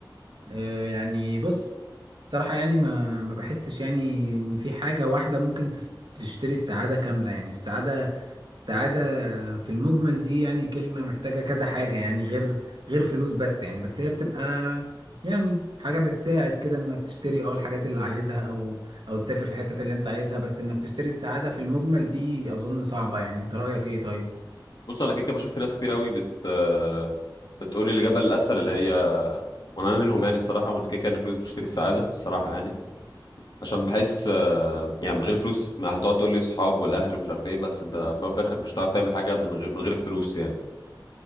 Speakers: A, on the right; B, on the left.
A: اه يعني بص الصراحة يعني ما ما بحسش يعني ان في حاجة واحدة ممكن تس- تشتري السعادة كاملة يعني السعادة السعادة في المجمل دي يعني كلمة محتاجة كذا حاجة يعني غير غير فلوس بس يعني بس هي بتبقى يعني حاجة بتساعد كده انك تشتري اه الحاجات اللي عايزها او او تسافر الحتة اللي انت عايزها بس انك تشتري السعادة في المجمل دي اظن صعبة يعني انت رأيك ايه طيب
B: بص أنا كده كده بشوف في ناس كتير أوي بت آه، بتقول الإجابة الأسهل اللي هي وأنا أنا منهم يعني الصراحة وإن كده كده إن الفلوس بتشتري السعادة الصراحة يعني عشان بحس آه، يعني من غير فلوس ما هتقعد تقول لي الصحاب والأهل ومش عارف إيه بس أنت في الأول وفي الآخر مش هتعرف تعمل حاجة من غير من غير الفلوس يعني